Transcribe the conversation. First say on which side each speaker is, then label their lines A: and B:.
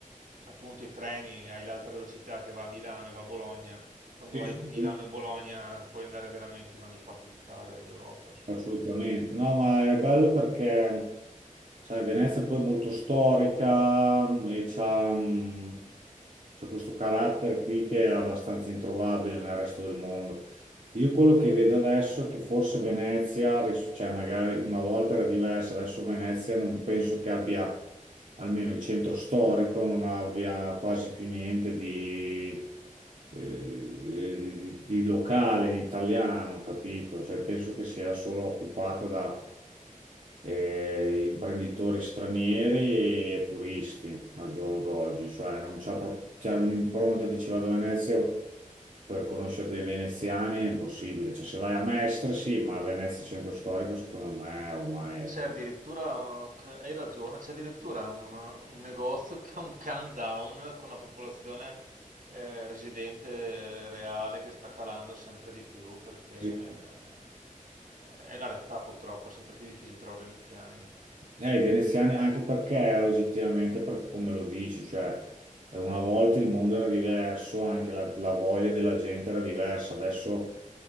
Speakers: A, on the right; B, on the right.
A: Appunto i treni, hai l'alta velocità che va a Milano e va a Bologna, quando
B: sì,
A: hai
B: sì,
A: Milano
B: sì,
A: e Bologna puoi andare veramente in ogni parte d'Italia e d'Europa, insomma.
B: assolutamente. No, ma è bello perché. Sai, Venezia poi è molto storica mm, e c'ha mm, c'ha questo carattere qui che è abbastanza introvabile nel resto del mondo. Io quello che vedo adesso è che forse Venezia, ris- cioè magari una volta era diversa, adesso Venezia non penso che abbia, almeno il centro storico, non abbia quasi più niente di, eh, di, di- di locale, di italiano, capito? Cioè penso che sia solo occupata da eh, imprenditori stranieri e turisti al giorno d'oggi, cioè non c'è pro- c'è un'impronta di ci vado a Venezia per conoscere dei veneziani è impossibile, cioè se vai a Mestre sì, ma a Venezia centro storico secondo me ormai è...
A: C'è
B: fu-
A: addirittura, eh, hai ragione, c'è addirittura un, un negozio <laughs> che ha un countdown con la popolazione eh, residente reale che sta calando sempre di più perché
B: Sì.
A: eh, è una realtà purtroppo, è sempre più difficile trovare veneziani.
B: Eh, i veneziani, anche perché oggettivamente, per come lo dici, cioè eh, una volta il mondo era diverso, anche la, la voglia della gente era diversa. Adesso